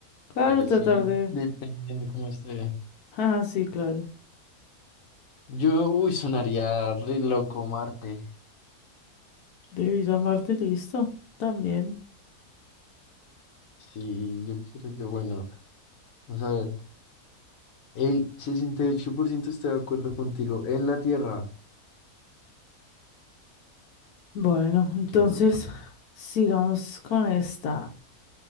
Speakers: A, on the left (about 80°); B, on the left (about 65°).
A: Claro,
B: Ahí
A: tratar
B: sí,
A: de...
B: dependiendo cómo esté.
A: Ah, sí, claro.
B: Yo, uy, sonaría re loco Marte.
A: De ir a Marte, listo. También.
B: Sí, yo creo que, bueno, vamos a ver. El 68% está de acuerdo contigo. En la Tierra.
A: Bueno, entonces
B: Qué loco.
A: sigamos con esta.